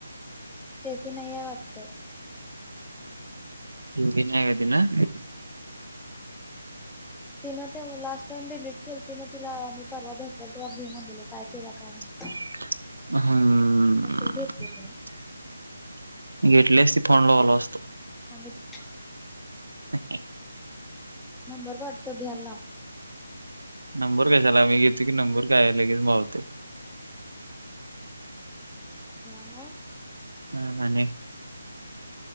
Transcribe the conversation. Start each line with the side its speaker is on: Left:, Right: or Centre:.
Centre: स्टेफी नाही आहे वाटत
Right: <inaudible> येनार काय
Centre: तिन तिवला थाम डिलीट केती मग तिला आम् परवा भेटल्या तेव्हा घेमनलेलो काय केल्या काय नाही
Right: हम्म
Centre: नसेल घेतली तिनं
Right: घेतलेच ती फोन लावल असतो
Centre: अमित
Right: नाके
Centre: नंबर वाठचा घ्याल लाव
Right: नंबर कशाला मी घेतो की नंबर काय लगेच गावतेय
Centre: याम
Right: न ने